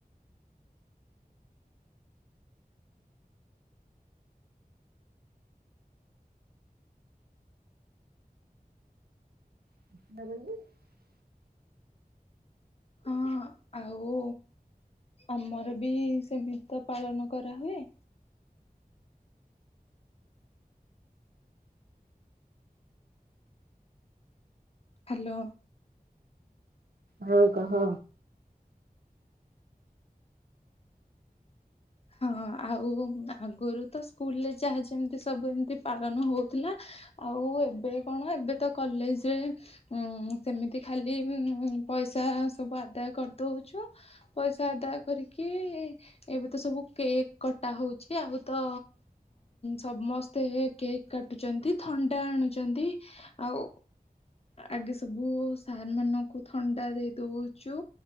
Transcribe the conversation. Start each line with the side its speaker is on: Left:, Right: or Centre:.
Right: <unintelligible>
Left: ହଁ ଆଉ ଆମର ବି ସେମିତି ତ ପାଳନ କରାହୁୁଏ। ହ୍ୟାଲୋ।
Right: ହଁ କହ।
Left: ହଁ ଆଉ ଆଗରୁ ତ ସ୍କୁଲରେ ଯାହା ଯେମିତି ସବୁ ଏମତି ପାଳନ ହଉଥିଲା ଆଉ ଏବେ କଣ ଏବେ ତ କଲେଜରେ ଉ ସେମିତି ଖାଲି ପଇସା ସବୁ ଆଦାୟ କରିଦଉଛୁ ପଇସା ଆଦାୟ କରିକି ଏବେ ତ ସବୁ କେକ୍ କଟା ହଉଛି ଆଉ ତ ସମସ୍ତେ କେକ୍ କାଟୁଛନ୍ତି ଥଣ୍ଡା ଆଣୁଛନ୍ତି ଆଉ ଆଗେ ସବୁ ସାର୍ ମାନଙ୍କୁ ଥଣ୍ଡା ଦେଇ ଦଉଛୁ